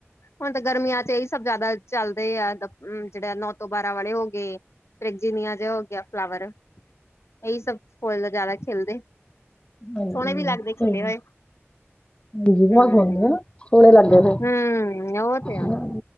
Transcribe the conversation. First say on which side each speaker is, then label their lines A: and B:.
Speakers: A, on the left; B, on the left.
A: ਹੁਣ ਤੇ ਗਰਮੀ ਚ ਇਹੀ ਸਭ ਜਿਆਦਾ ਚੱਲਦੇ ਆ ਜਿਹੜੇ ਨੌ ਤੋਂ ਬਾਰਾਂ ਵਾਲੇ ਹੋ ਗਏ ਪ੍ਰੈਜੀਨੀਆ ਜਿ ਹੋ ਗਿਆ ਫਲਾਵਰ ਇਹੀ ਸਭ ਫਲ ਦਾ ਜ਼ਿਆਦਾ ਖੇਿਲਦੇ
B: ਹਾਂਜੀ
A: ਸੋਹਣੇ ਵੀ ਲੱਗਦੇ
B: ਸਹੀ
A: ਖਿਲੇ ਹੋਏ
B: ਹਾਂਜੀ ਬਹੁਤ
A: ਹਮ
B: ਹੁੰਦੇ ਨਾ ਸੋਹਣੇ ਲੱਗਦੇ ਨੇ।
A: ਹਮ ਉਹ ਤੇ
B: ਹਾਂ